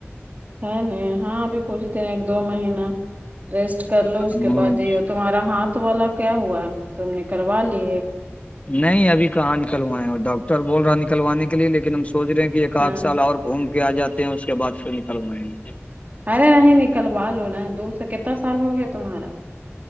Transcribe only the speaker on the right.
ہے نہیں ہاں ابھی کچھ دن ایک دو مہینہ ریسٹ کر لو اس
کے بعد یہیتا تمہارا ہاتھ والا کیا ہوا تم نے کروا لی
ہاں
ارے نہیں نکلوا لو نا دور سے کتنا سال ہو گیا تمہارا